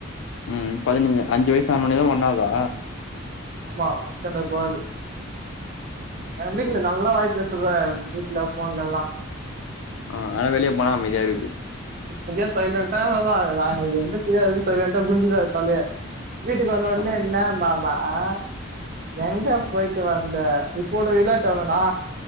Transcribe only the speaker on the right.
ஆமா ஃபஸ்டாண்டர்ட் போகாது எங்க
வீட்டுல நல்ல வாய்ப்பு சுத வீட்டுல ஃபோன்லல்லா
இங்கையு சைலண்ட்டா அவா <unintelligible> ஒன்னுமே தெரியாது சைலண்ட்டா குனிஞ்சிறுவா தலய வீட்டுக்கு வந்த ஒட்னே
என்ன மா மா ஆ எங்க போயிட்டு வந்த இப்போட வெளாட்டு வந்தனா